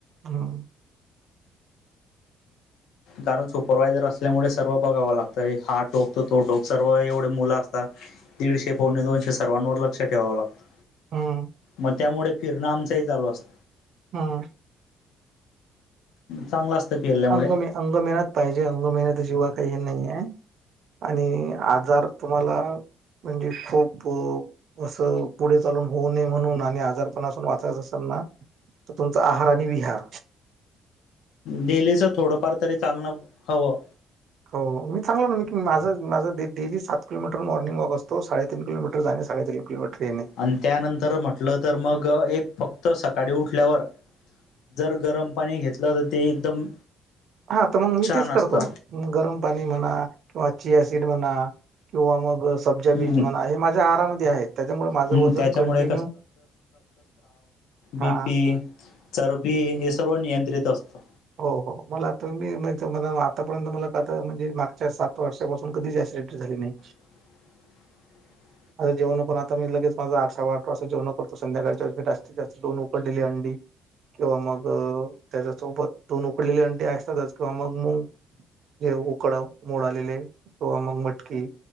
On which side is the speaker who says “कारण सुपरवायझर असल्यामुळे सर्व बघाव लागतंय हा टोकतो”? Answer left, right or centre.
Left